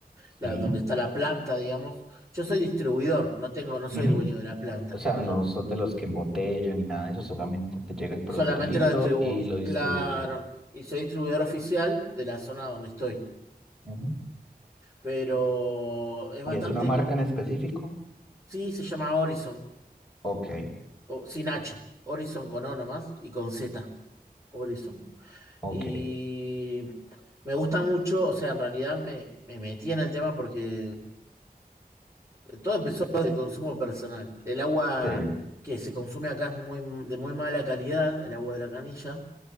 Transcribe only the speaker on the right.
la-
donde está la planta, digamos. Yo soy distribuidor, no tengo, no soy
dueño de la planta,
digamos.
Solamente
lo distribuyo,
claro. Y soy distribuidor oficial de la zona donde estoy.
Pero es bastante
con...
Sí, se llama Horizon.
O, sin H. Horizon con O nomás y con Z. Horizon.
Y me gusta mucho, o sea, en realidad me, me metí en el tema porque todo empezó desde el consumo personal. El agua
que se consume acá es muy, de muy mala calidad, el agua de la canilla.